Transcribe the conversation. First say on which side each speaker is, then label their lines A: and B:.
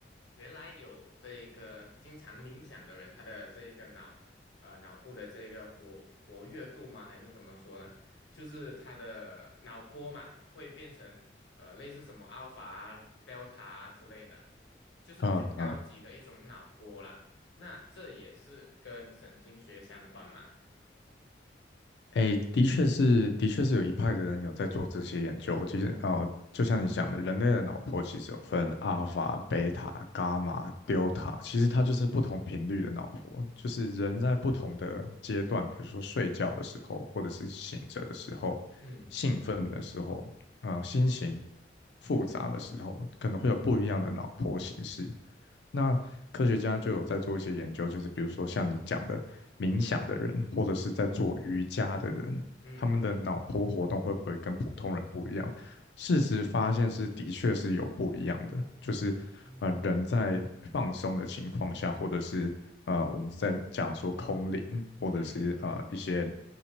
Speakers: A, on the left; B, on the left.
A: 原来有这个经常冥想的人，他的这个脑呃脑部的这个活活跃度吗？还是怎么说呢？就是他的脑波嘛，会变成呃类似什么 alpha 啊、delta 啊之类的，就是比较高级的一种脑波啦。
B: 嗯嗯，
A: 那这也是跟神经学相关嘛？
B: 哎，的确是，的确是有一派的人有在做这些研究。其实，哦，就像你讲的，人类的脑波其实有分阿尔法、贝塔、伽马、delta，其实它就是不同频率的脑波，
A: 嗯
B: 就是人在不同的阶段，比如说睡觉的时候，或者是醒着的时候，
A: 嗯
B: 兴奋的时候，呃，心情复杂的时候，可能会有不一样的脑波形式。那科学家就有在做一些研究，就是比如说像你讲的冥想的人，或者是在做瑜伽的人，
A: 嗯
B: 他们的脑波活动会不会跟普通人不一样？事实发现是的确是有不一样的，就是呃人在放松的情况下，
A: 嗯。
B: 或者是呃我们在讲说空灵，或者是呃一些
A: 嗯